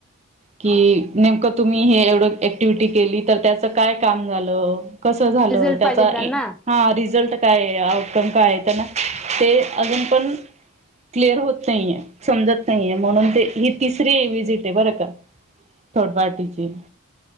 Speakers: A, on the right; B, in the centre.
A: की नेमकं तुम्ही हे एवढं ऍक्टिवटी केली तर त्याचं काय काम झालं. कसं झालं
B: रिझल्ट
A: त्याचा
B: पाहिजे त्यांना
A: इ हा रिझल्ट काय आउटकम काय आहे त्यांना ते अजून पण क्लिअर होत नाहीये. समजत नाहीये म्हणून ते ही तिसरी व्हिसिट आहे बरं का थर्ड पार्टीची